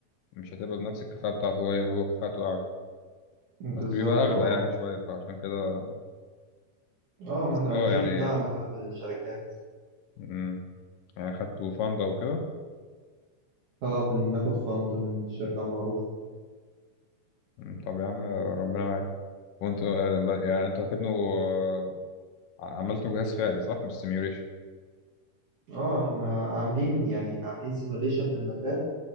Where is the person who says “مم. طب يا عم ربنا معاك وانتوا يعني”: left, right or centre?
Left